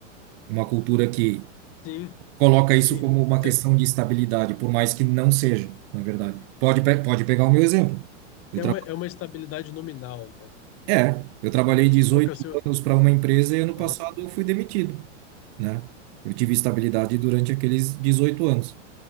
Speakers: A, on the right; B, on the left.
A: uma cultura que
B: Sim,
A: coloca
B: sim.
A: isso como uma
B: Te-
A: questão de estabilidade, por mais que não seja, na verdade. Pode, pe- pode pegar o meu exemplo. Eu
B: É
A: tra...
B: uma, é uma estabilidade nominal, né?
A: É, eu trabalhei 18
B: Qual que é o seu...
A: anos para uma empresa e ano passado
B: Aham,
A: eu fui demitido, né? Eu tive estabilidade durante aqueles 18 anos.